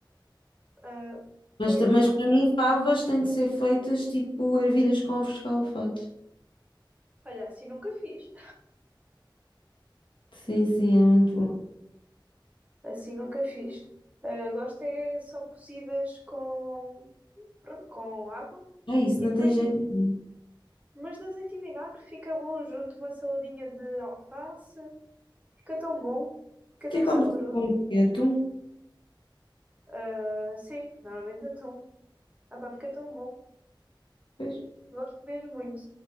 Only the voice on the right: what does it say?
Ah,
pois,
eu
Olha, assim nunca fiz.
Assim nunca fiz. Ah, gosto é só cozidas com, pronto, com água
e
depois,
tipo,
mas de azeite e vinagre fica bom junto uma saladinha de alface. Fica tão bom, fica
tão
saboroso.
Ah, sim, normalmente atum. Ah, pá, fica tão bom.
Gosto mesmo muito.